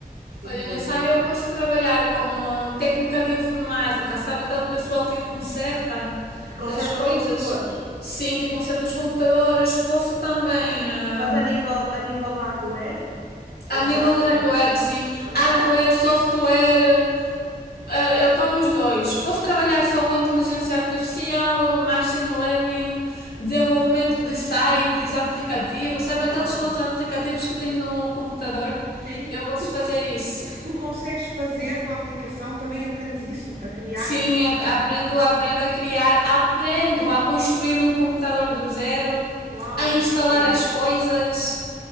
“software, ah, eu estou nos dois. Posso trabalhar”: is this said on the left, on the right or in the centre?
Left